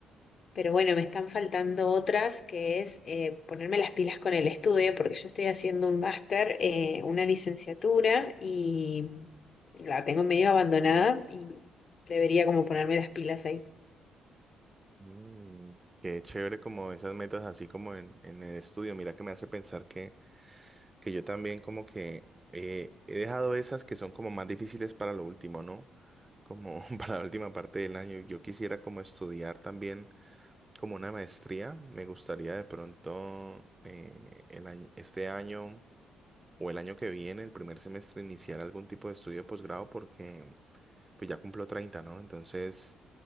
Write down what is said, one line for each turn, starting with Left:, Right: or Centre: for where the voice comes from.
Left: pero bueno, me están faltando otras que es eh, ponerme las pilas con el estudio porque yo estoy haciendo un máster, eh, una licenciatura y la tengo medio abandonada y debería como ponerme las pilas ahí.
Right: Mm, Qué chévere como esas metas así como en, en el estudio. Mira que me hace pensar que, que yo también como que eh, he dejado esas que son como más difíciles para lo último, ¿no? Como <laughs> para la última parte del año. Yo quisiera como estudiar también como una maestría. Me gustaría de pronto eh, el año, este año o el año que viene, el primer semestre, iniciar algún tipo de estudio de posgrado porque pues ya cumplo 30, ¿no? Entonces